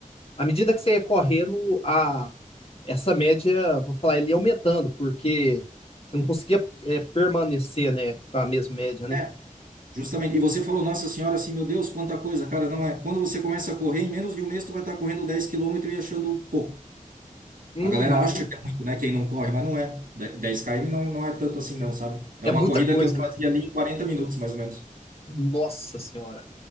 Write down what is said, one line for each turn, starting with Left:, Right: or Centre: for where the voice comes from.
Left: à medida que você ia correndo, a, essa média, vou falar, ele ia aumentando, porque você não conseguia é, permanecer, né, com a mesma média, né?
Right: é, justamente. E você falou, Nossa Senhora, assim, meu Deus, quanta coisa, cara, não é. Quando você começa a correr, em menos de um mês tu vai estar correndo 10 quilômetros e achando pouco.
Left: Uhum.
Right: A galera acha que é muito, né? Quem não corre, mas não é. De- 10 km não, não é tanto assim, não, sabe? É
Left: É
Right: uma
Left: muita
Right: corrida
Left: coisa,
Right: que eu fazia
Left: né?
Right: ali em quarenta minutos, mais ou menos.
Left: Nossa senhora.